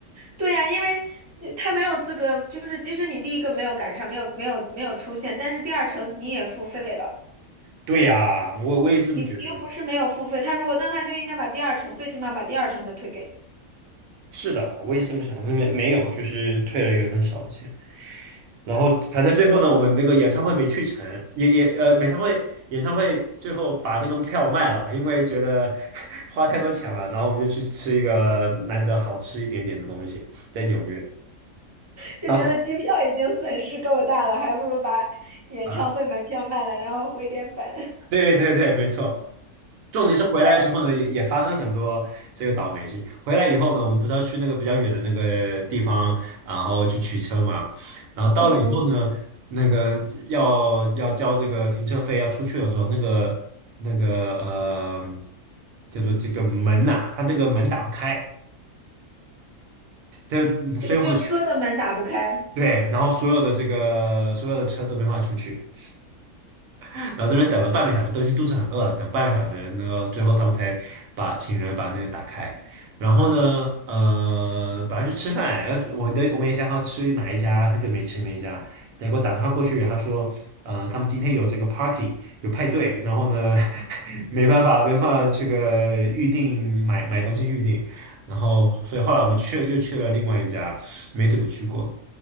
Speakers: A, on the right; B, on the right.
A: 对呀，因为呃他没有资格，就是即使你第一个没有赶上，没有没有没有出现，但是第二程你也付费了，
B: 对呀、我我也是这么觉得。
A: 你你又不是没有付费，他如果那他就应该把第二程，最起码把第二程的退给你，
B: 是的，我也是这么想，没没有，就是退了一个很少的钱。然后反正最后呢，我们那个演唱会没去成，也也呃，演唱会演唱会最后把那个票卖了，因为觉得 <laughs> 花太多钱了，然后我们就去吃一个难得好吃一点点的东西，在纽约。
A: 就觉得机票已经损失够大了，
B: 啊，
A: 还不如把演唱会门票卖了，
B: 啊
A: 然后回点本。
B: 对对对，没错。重点是回来的时候呢，
A: <laughs> 我的，
B: 也也发生很多这个倒霉事。回来以后呢，我们不是要去那个比较远的那个地方，然后去取车嘛。然后到了以后呢，
A: 嗯嗯，
B: 那个要要交这个停车费，要出去的时候，那个那个呃，叫做这个门呐、它这个门打不开，这所以我们
A: 就就车的门打不开，
B: 对，然后所有的这个所有的车都没法出去。然后这边等了半个小时，都已经肚子很饿了，等半个小时，那个最后他们才把请人把那个打开。然后呢，呃，本来去吃饭，然后我们的我们也想好吃哪一家，很久没吃那一家，结果打电话过去，他说，呃，他们今天有这个 party，有派对，然后呢，<laughs> 没办法，没办法这个预定买买东西预定，然后所以后来我们去又去了另外一家，没怎么去过了，